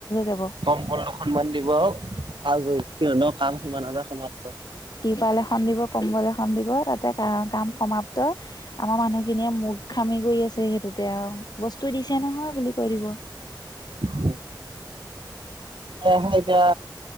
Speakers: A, on the left (about 55°); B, on the right (about 85°).
A: যাব
B: কম্বল দুখনমান দিব আও আজই সিহঁতৰ কাম সিমানতে সমাপ্ত
A: তিপাল এখন দিব, কম্বল এখন দিব, তাতে কা কাম সমাপ্ত আমাৰ মানুহখিনিয়ে মো খামি কৰি আছে সেইটোতে আও বস্তু দিছে নহয় বুলি কৈ দিব।
B: উম হেয়ে হে এতিয়া